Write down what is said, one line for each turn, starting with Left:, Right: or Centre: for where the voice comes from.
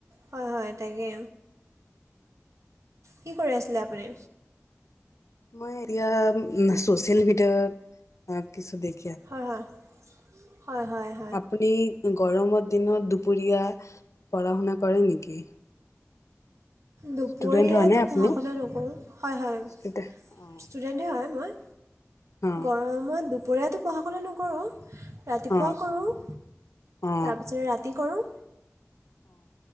Right: হয়, হয় তাকে কি কৰি আছিলে আপুনি?
Left: মই এতিয়া উম ছ'চিয়েল মিডিয়াত আহ কিছু দেখ
Right: হা হা, হয়, হয়।
Left: আপুনি গৰমৰ দিনত দুপৰীয়া পঢ়া-শুনা কৰে নেকি?
Right: দুপৰীয়াটো
Left: ষ্টুডেন্ট হয়নে আপুনি
Right: পঢ়া শুনা নকৰো। হয়, হয়।
Left: ষ্টুডেন্ট অ
Right: ষ্টুডেণ্টে হয় মই।
Left: অ
Right: গৰমত দুপৰীয়াতো পঢ়া শুনা নকৰোঁ। ৰাতিপুৱাও
Left: অ
Right: কৰোঁ।
Left: অ
Right: তাৰপিছতে ৰাতি কৰোঁ।